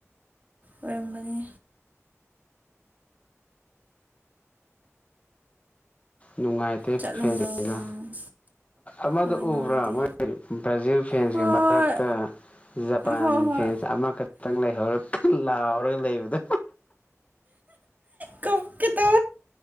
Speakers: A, on the right; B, on the left.
A: ꯑꯣꯏꯔꯝꯒꯅꯤ
B: ꯅꯨꯡꯉꯥꯏꯇꯦ
A: ꯆꯠꯂꯝꯗꯧ
B: ꯐꯦꯟꯅ
A: ꯃꯥꯜ
B: ꯑꯃꯗ
A: ꯍꯣꯏ ꯅꯨꯡꯉꯥꯏꯇꯦ
B: ꯎꯕ꯭ꯔꯥ ꯃꯣꯏ ꯕ꯭ꯔꯥꯖꯤꯜ ꯐꯦꯟꯁꯀꯤ
A: ꯍꯣꯏ
B: ꯃꯔꯛꯇ ꯖꯄꯥꯟ
A: ꯍꯣꯏ ꯍꯣꯏ
B: ꯐ꯭ꯔꯦꯟꯁ ꯑꯃꯈꯛꯇꯪ ꯂꯩꯍꯧꯔ ꯂꯥꯎꯔꯒ ꯂꯩꯕꯗꯣ
A: ꯀꯀꯤ ꯇꯨ